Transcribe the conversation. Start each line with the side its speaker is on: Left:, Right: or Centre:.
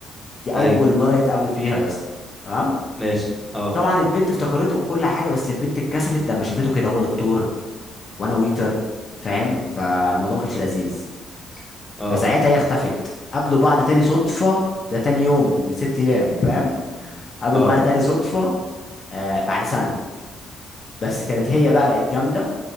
Left: دي اول
Centre: ايوه
Left: مره يتقابلوا فيها يا اسطى تمام
Centre: ماشي اه
Left: طبعا البنت افتكرته وكل حاجه بس البنت اتكسفت لما شافته كده هو دكتور وانا ويتر فاهم فالموضوع ما كانش لذيذ
Centre: اه
Left: فساعتها هي اختفت قابلوا بعض تاني صدفه ده تاني يوم من ست ايام فاهم قابلوا
Centre: اه
Left: بعض تاني صدفه آه بعد سنه بس كانت هي بقى بقت جامده